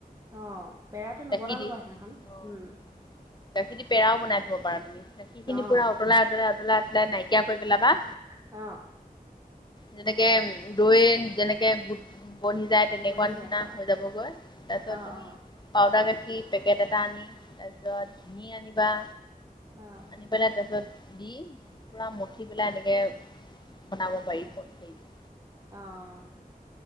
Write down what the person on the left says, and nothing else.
গাখীৰ
অ'
গাখীৰ দি পেৰাও বনাই থ'ব পাৰা তুমি। গাখীৰখিনি
পুৰা উতলাই, উতলাই, উতলাই, উতলাই নাইকিয়া কৰি পেলাবা।
যেনেকে দৈ যেনেকে গোট বনি যায়, তেনেকুৱা
নিচিনা
হৈ যাবগৈ, তাৰ পিছত
তুমি পাউদাৰ গাখীৰ পেকেট এটা আনি, তাৰপিছত ঘিঁ আনিবা।
আনি পেলাই, তাৰ পিছত দি, পুৰা মঠি পেলাই এনেকে বনাব পাৰিব, সেইটো।